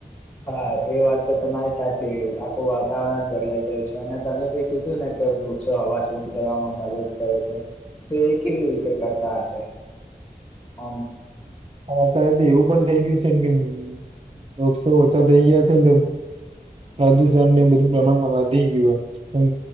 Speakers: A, on the left; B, on the right.
A: હા, એ વાત તો તમારી સાચી. આખું વાતાવરણ જ બદલાઈ ગયું છે અને તમે જે કીધું ને કે વૃક્ષો હવા શુદ્ધ કરવામાં મદદ કરે છે, તો એ કેવી રીતે કરતા હશે? આમ
B: પણ અત્યારે તો એવું પણ થઈ ગયું છે ને કે વક્ષો ઓછા થઈ ગયા છે ને પ્રદુષણને બધું પ્રમાણમાં વધી ગયું